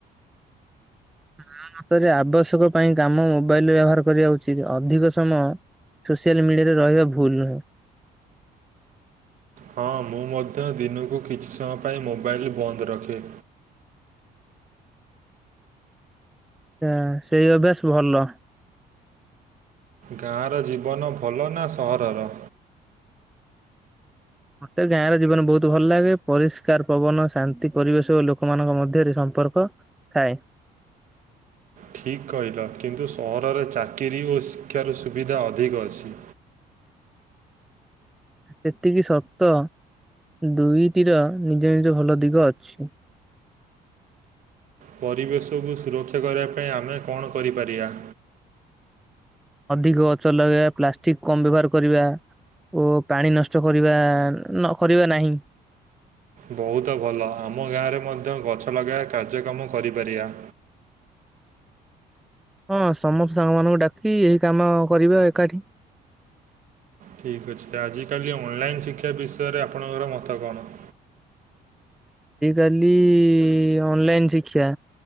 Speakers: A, in the centre; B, on the right.
A: ମୋ ମତରେ ଆବଶ୍ୟକ ପାଇଁ କାମ ମୋବାଇଲ ବ୍ୟବହାର କରିବା ଉଚିତ୍ ଅଧିକ ସମୟ ସୋସିଆଲ୍ ମିଡ଼ିଆରେ ରହିବା ଭୁଲ୍ ନୁହେଁ।
B: ହଁ ମୁଁ ମଧ୍ୟ ଦିନୁକୁ କିଛି ସମୟ ପାଇଁ ମୋବାଇଲ୍ ବନ୍ଦ ରଖେ।
A: ଏଁ ସେଇ ଅଭ୍ୟାସ ଭଲ।
B: ଗାଁର ଜୀବନ ଭଲ ନା ସହରର।
A: ମତେ ଗାଁ ର ଜୀବନ ବହୁତ ଭଲ ଲାଗେ ପରିଷ୍କାର ପବନ ଶାନ୍ତି ପରିବେଶ ଓ ଲୋକମାନଙ୍କ ମଧ୍ୟେରେ ସମ୍ପର୍କ ଥାଏ।
B: ଠିକ୍ କହିଲ କିନ୍ତୁ ସହରରେ ଚାକିରି ଓ ଶିକ୍ଷାର ସୁବିଧା ଅଧିକ ଅଛି।
A: ସେତିକି ସତ ଦୁଇଟିର ନିଜ ନିଜ ଭଲ ଦିଗ ଅଛି।
B: ପରିବେଶକୁ ସୁରକ୍ଷା କରିଆ ପାଇଁ ଆମେ କଣ କରିପାରିଆ।
A: ଅଧିକ ଗଛ ଲଗେଇଆ ପ୍ଲାଷ୍ଟିକ କମ ବ୍ୟବହାର କରିବା। ଓ ପାଣି ନଷ୍ଟ କରିବା ନ କରିବା ନାହିଁ।
B: ବହୁତ ଭଲ ଆମ ଗାଁରେ ମଧ୍ୟ ଗଛ ଲଗାଇଆ କାର୍ଯ୍ୟକ୍ରମ କରିପାରିଆ।
A: ହଁ ସମସ୍ତ ସାଙ୍ଗମାନଙ୍କୁ ଡାକି ଏହି କାମ କରିଵା ଏକାଠି।
B: ଠିକ୍ ଅଛି ଆଜିକାଲି ଅନଲାଇନ୍ ଶିକ୍ଷା ବିଷୟରେ ଆପଣଙ୍କର ମତ କଣ।
A: ଆଜି କାଲି ଅନଲାଇନ୍ ଶିକ୍ଷା